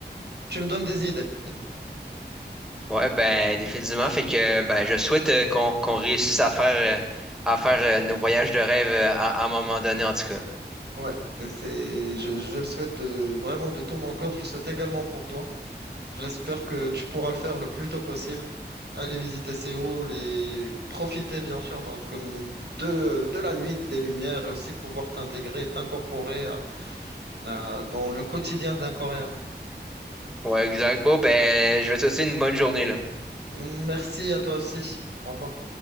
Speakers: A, on the right; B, in the centre.
A: tu me donnes des idées.
B: Ouais, ben définitivement. Fait que ben je souhaite euh, qu'on qu'on réussisse à faire euh, à faire euh, nos voyages de rêve euh, à, à un moment donné en tout cas.
A: Ouais, c'est, je, je le souhaite de, vraiment de tout mon cœur. Je le souhaite également pour toi. J'espère que tu pourras le faire le plus tôt possible. aller visiter Séoul et profiter bien sûr donc euh, de, de la nuit, des lumières et aussi pouvoir t'intégrer, t'incorporer euh, euh, dans le quotidien d'un Coréen.
B: Ouais, exact. Bon, ben je vais te souhaiter une bonne journée là.
A: Merci à toi aussi. Au revoir.